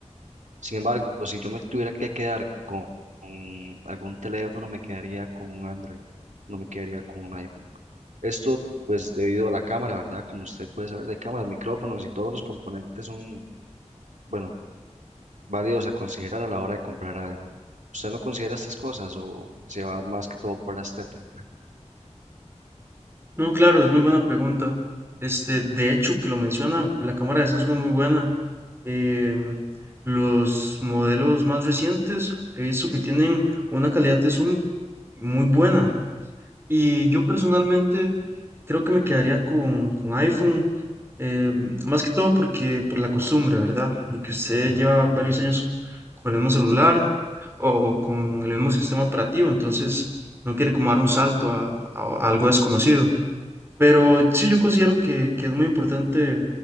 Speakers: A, on the right; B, on the right.
A: Sin embargo, pues, si yo me tuviera que quedar con, con algún teléfono, me quedaría con un Android, no me quedaría con un iPhone. Esto, pues, debido a la cámara, ¿verdad? Como usted puede saber, de cámaras, micrófonos y todos los componentes son, bueno, válidos a considerar a la hora de comprar algo. ¿Usted no considera estas cosas o se va más que todo por la estética?
B: No, claro, es muy buena pregunta. Este, de hecho, que lo menciona, la cámara de Samsung es muy buena. em, los modelos más recientes he visto que tienen una calidad de zoom muy buena y yo personalmente creo que me quedaría con, con iPhone, em, más que todo porque por la costumbre, ¿verdad? De que usted lleva varios años con el mismo celular o con el mismo sistema operativo, entonces no quiere como dar un salto a, a- a algo desconocido. Pero sí, yo considero que, que es muy importante